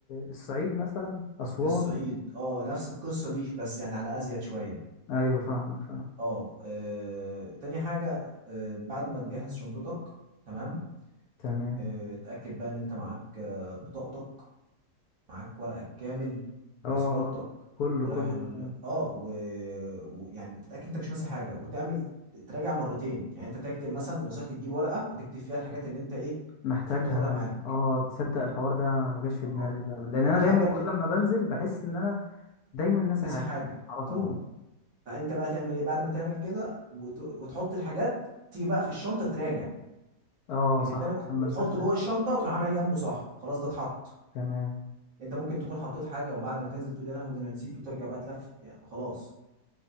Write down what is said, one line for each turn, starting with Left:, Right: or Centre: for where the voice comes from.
Left: الصعيد مثلا اسوان
Right: الصعيد اه نفس القصة دي بس يعني على أزيد شوية
Left: ايوه فاهمك فاهم
Right: اه آه، تاني حاجة آه، بعد ما تجهز شنطتك تمام
Left: تمام
Right: آه، اتأكد بقى إن أنت معاك آه، بطاقتك معاك ورقك كامل
Left: اه
Right: تذكرتك
Left: آه. كله
Right: رايح
Left: كله
Right: ال
Left: تمام
Right: اه ويعني و... ويعني تتأكد أنت مش ناسي حاجة وتعمل تراجع مرتين يعني أنت تكتب مثلا نصيحتي تجيب ورقة وتكتب فيها الحاجات اللي أنت إيه
Left: محتاجها
Right: المفروض تاخدها معاك
Left: اه تصدق الحوار ده ما جاش في
Right: اه
Left: دماغي فعلا لان انا
Right: والحاجة
Left: دايما
Right: اللي
Left: كل ما بنزل بحس ان انا دايما ناسي
Right: ناسي
Left: حاجه
Right: حاجة
Left: على طول
Right: اه فانت بقى تعمل ايه بعد ما تعمل كده وت... وتحط الحاجات تيجي بقى في الشنطه تراجع
Left: اه
Right: اللي
Left: صح
Right: تعمل
Left: عشان ما
Right: اللي
Left: انساش
Right: تحطه
Left: حاجه
Right: جوه الشنطه تروح عامل إيه جنبه صح خلاص ده اتحط
Left: تمام
Right: انت ممكن تكون حطيت حاجه وبعد ما تنزل تقول يا لهوي ده انا نسيت وترجع بقى تلف يعني خلاص